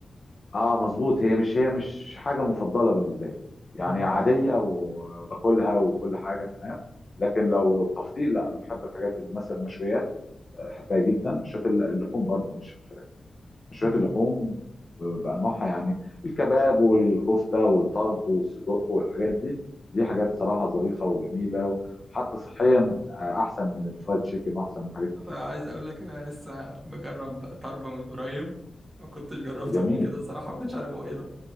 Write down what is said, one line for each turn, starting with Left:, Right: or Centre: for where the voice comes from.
Left: اه مظبوط هي مش هي مش حاجه مفضله بالنسبه لي يعني
Right: مم.
Left: عاديه وباكلها وكل حاجه تمام لكن لو التفضيل لا انا بحب الحاجات اللي مثلا المشويات بحبها جدا مشويات اللحوم برضو مش الفراخ مشويات
Right: مم.
Left: اللحوم بانواعها يعني الكباب والكفته والطرب والسجق والحاجات دي دي حاجات صراحه ظريفه وجميله وحتى صحيا احسن من الفرايد تشيكن واحسن من حاجات كتير
Right: عايز اقول لك إن انا لسه بجرب طرب من قريب ما كنتش جربته
Left: جميل
Right: قبل كده الصراحه ما كنتش عارف هو ايه ده